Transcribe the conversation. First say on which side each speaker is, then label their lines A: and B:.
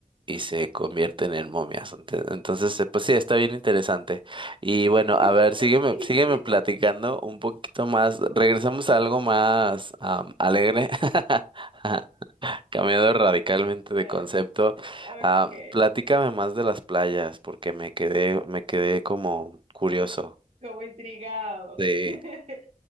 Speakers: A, on the right; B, on the right.
A: y se convierten en momias. Ente- Entonces, eh, pues sí, está bien interesante. Y bueno,
B: <laughs>
A: a ver, sígueme,
B: Qué
A: sígueme
B: loquito.
A: platicando un poquito más. Regresamos a algo más am, alegre, <laughs> cambiando radicalmente de
B: Eh,
A: concepto.
B: ok,
A: Ah, platícame más de las playas, porque me quedé, me quedé como curioso
B: como intrigado.
A: de
B: <laughs>